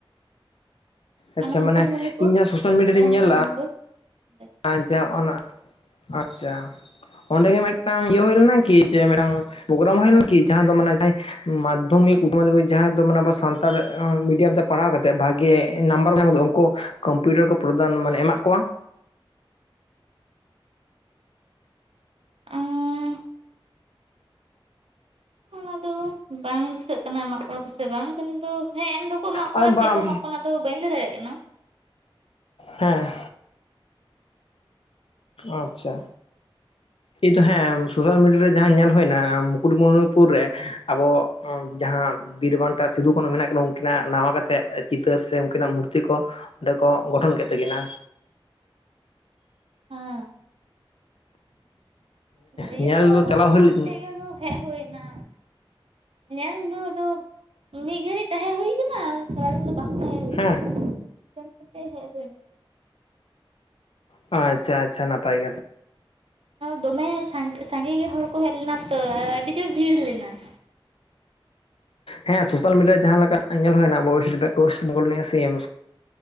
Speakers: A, on the left; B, on the right.
A: ᱟᱪᱪᱷᱟ
B: ᱚᱱᱟ ᱢᱩᱠᱩᱴᱢᱩᱱᱤᱯᱩᱨ
A: ᱢᱟᱱᱮ ᱤᱧ ᱡᱟᱦᱟᱸ ᱥᱳᱥᱟᱞ
B: ᱠᱷᱟᱛᱲᱟ
A: ᱢᱤᱰᱤᱭᱟ ᱨᱤᱧ ᱧᱮᱞᱟᱼᱟ᱾
B: ᱢᱩᱠᱩᱴᱢᱩᱱᱤᱯᱩᱨ ᱚᱸᱰᱮ
A: ᱟᱪᱪᱷᱟ ᱚᱱᱟ ᱟᱪᱪᱷᱟ ᱚᱸᱰᱮᱜ ᱢᱤᱫᱴᱟᱝ ᱤᱭᱟᱹ ᱦᱩᱭ ᱞᱮᱱᱟ ᱠᱤ? ᱡᱮ ᱢᱤᱫᱴᱟᱝ ᱯᱨᱳᱜᱨᱟᱢ ᱦᱩᱭ ᱞᱮᱱᱟ? ᱠᱤ ᱡᱟᱦᱟᱸ ᱫᱚ ᱢᱟᱱᱮ ᱡᱟᱦᱟᱸ ᱢᱟᱫᱽᱫᱷᱚᱢᱤᱠ ᱡᱟᱦᱟᱸ ᱫᱚ ᱢᱟᱱᱮ ᱟᱵᱚ ᱥᱟᱱᱛᱟᱲ ᱢᱤᱰᱤᱭᱟᱢ ᱛᱮ ᱯᱟᱲᱦᱟᱣ ᱠᱟᱛᱮᱫ ᱵᱷᱟᱜᱮ ᱱᱟᱢᱵᱟᱨ ᱠᱚ ᱧᱟᱢᱮᱫᱟ ᱩᱱᱠᱩ ᱠᱚᱢᱯᱤᱭᱩᱴᱟᱨ ᱠᱚ ᱯᱨᱚᱫᱟᱱ ᱢᱟᱱᱮ ᱮᱢᱟᱟᱜ ᱠᱚᱣᱟ᱾
B: ᱟᱸ ᱚᱱᱟ ᱫᱚ ᱵᱟᱝ ᱫᱤᱥᱟᱹᱜ ᱠᱟᱱᱟ ᱮᱢᱟᱜ ᱠᱚᱣᱟ ᱥᱮ ᱵᱟᱝ ᱠᱤᱱᱛᱩ ᱦᱮᱸ ᱮᱢ ᱫᱚᱠᱚ ᱮᱟᱜ
A: ᱟᱨ
B: ᱠᱚᱣᱟ
A: ᱵᱟᱝ
B: ᱪᱮᱫ ᱠᱚ ᱮᱢᱟᱜ ᱠᱚᱣᱟ ᱚᱱᱟ ᱫᱚ ᱵᱟᱹᱧ ᱞᱟᱹᱭ ᱫᱟᱲᱮᱭᱟᱜ ᱠᱟᱱᱟ᱾
A: ᱦᱮᱸ ᱟᱪᱪᱷᱟ᱾ ᱛᱟᱦᱮᱸᱱ ᱥᱳᱥᱟᱞ ᱢᱤᱰᱤᱭᱟ ᱨᱮ ᱡᱟᱦᱟᱸ ᱧᱮᱞ ᱦᱩᱭᱱᱟ ᱢᱩᱠᱩᱴᱢᱩᱱᱚᱱᱤᱯᱩᱨ ᱨᱮ ᱟᱵᱚ ᱡᱟᱦᱟᱸ ᱵᱤᱨᱵᱟᱱᱴᱟ ᱥᱤᱫᱩ ᱠᱟᱹᱱᱦᱩ ᱢᱮᱱᱟᱜ ᱠᱤᱱᱟ ᱩᱱᱠᱤᱱᱟᱜ ᱱᱟᱣᱟ ᱠᱟᱛᱮᱮᱫ ᱪᱤᱛᱟᱹᱨ ᱥᱮ ᱩᱱᱠᱤᱱᱟᱜ ᱢᱩᱨᱛᱤ ᱠᱚ ᱚᱸᱰᱮ ᱠᱚ ᱜᱚᱴᱷᱚᱱ ᱠᱮᱫ ᱛᱟᱹᱠᱤᱱᱟ᱾
B: ᱦᱮᱸ ᱤᱭᱟᱹ
A: ᱧᱮᱞ
B: ᱠᱚ
A: ᱫᱚ
B: ᱦᱩᱭ
A: ᱪᱟᱞᱟᱣ
B: ᱵᱟᱲᱟ
A: ᱞᱮᱱ
B: ᱠᱟᱛᱮ ᱜᱮ ᱟᱫᱚ ᱦᱮᱡ ᱦᱩᱭ ᱱᱟ᱾ ᱧᱮᱞ ᱫᱚ ᱟᱫᱚ ᱢᱤᱫ ᱜᱷᱟᱹᱲᱤᱡ ᱛᱟᱦᱮᱸ ᱦᱩᱭ ᱠᱟᱱᱟ, ᱥᱟᱨᱟᱫᱤᱱ ᱫᱚ ᱵᱟᱝ᱾ ᱛᱟᱦᱮᱸ ᱦᱩᱭ
A: ᱦᱮᱸ
B: ᱠᱟᱱᱟ ᱥᱮᱱ ᱠᱟᱛᱮ ᱦᱮᱡ ᱦᱩᱭ ᱱᱟ᱾
A: ᱟᱪᱪᱷᱟ ᱪᱷᱟ ᱱᱟᱯᱟᱭ ᱠᱟᱛᱷᱟ᱾
B: ᱫᱚᱢᱮ ᱥᱟᱸᱜᱮ ᱥᱟᱸᱜᱮ ᱜᱮ ᱦᱚᱲ ᱠᱚ ᱦᱮᱡ ᱞᱮᱱᱟ ᱛᱚ, ᱟᱨ ᱟᱹᱰᱤ ᱡᱳᱨ ᱵᱷᱤᱲ ᱞᱮᱱᱟ᱾
A: ᱦᱮᱸ ᱥᱳᱥᱟᱞ ᱢᱤᱰᱤᱭᱟ ᱨᱮ ᱡᱟᱦᱟᱸ ᱞᱮᱠᱟ ᱧᱮᱞ ᱦᱩᱭᱱᱟ ᱚᱭᱮᱥ ᱚᱭᱮᱥᱴ ᱵᱮᱝᱜᱚᱞ ᱥᱤ ᱮᱢ